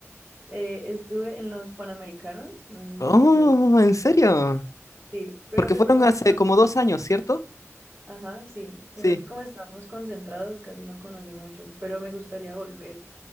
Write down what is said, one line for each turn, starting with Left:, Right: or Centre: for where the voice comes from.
Right: eh, estuve en los Panamericanos, no sé si
Left: Oh,
Right: escuchaste.
Left: ¿en serio?
Right: Sí, pero
Left: Porque
Right: pues
Left: fueron
Right: como
Left: hace
Right: estábamos
Left: como dos años, ¿cierto?
Right: Ajá, sí, sino
Left: Sí.
Right: que como estamos concentrados casi no conocí mucho, pero me gustaría volver.